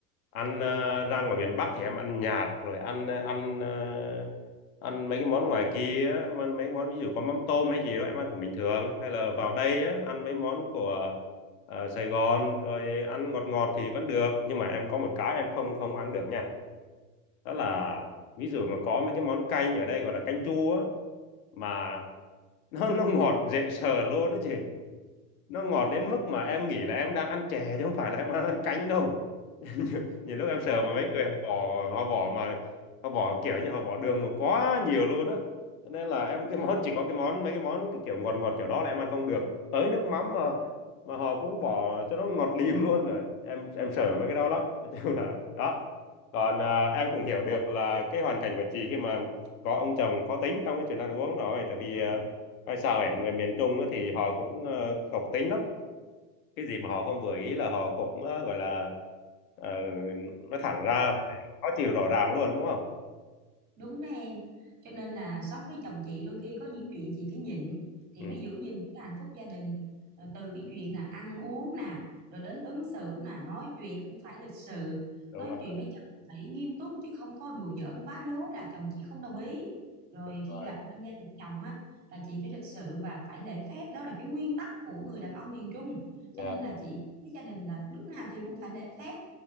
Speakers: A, on the left; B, on the right.
A: Ăn ờ, ra ngoài miền Bắc thì em ăn nhạt rồi ăn ờ, ăn ờ, ăn mấy cái món ngoài kia á, mà ăn mấy cái món ví dụ có mắm tôm hay gì đó em ăn cũng bình thường hay là vào đây á, ăn mấy món của ờ, Sài Gòn rồi ăn ngọt ngọt thì vẫn được nhưng mà em có một cái em không không ăn được nha đó là ví dụ mà có mấy cái món canh ở đây gọi là canh chua á, mà <laughs> nó nó ngọt dễ sợ luôn đó chị nó ngọt đến mức mà em nghĩ là em đang ăn chè chứ không phải là em đang ăn canh đâu <laughs> nhiều, lúc em sờ vào mấy người họ bỏ họ bỏ mà họ bỏ kiểu như họ bỏ đường mà quá nhiều luôn á Cho nên là em cái món chỉ có cái món mấy cái món cái kiểu ngọt ngọt kiểu đó là em ăn không được tới nước mắm mà mà họ cũng bỏ cho nó ngọt lim luôn rồi em em sợ mấy cái đó lắm nói chung là đó còn à, em cũng hiểu được là cái hoàn cảnh của chị khi mà có ông chồng khó tính trong cái chuyện ăn uống rồi tại vì à, nói sao ấy người miền Trung á thì họ cũng uh, cộc tính lắm cái gì mà họ không vừa ý là họ cũng ờ, gọi là ờ, nói thẳng ra khó chịu rõ ràng luôn đúng không
B: Đúng đó em. Cho nên là sống với chồng chị đôi khi có những chuyện chị phải nhịn thì
A: ừ,
B: mới giữ gìn cái hạnh phúc gia đình. Rồi từ cái chuyện là ăn uống nè, rồi đến ứng xử nè, nói chuyện cũng phải lịch sự.
A: đúng
B: Nói
A: rồi
B: chuyện với chồng phải nghiêm túc chứ không có đùa giỡn quá lố là chồng chị không đồng ý. Rồi
A: đúng rồi
B: khi gặp bên gia đình chồng á là chị phải lịch sự và phải lễ phép, đó là cái nguyên tắc của người đàn ông miền Trung.
A: dạ
B: Cho nên là chị với gia đình là lúc nào chị cũng phải lễ phép.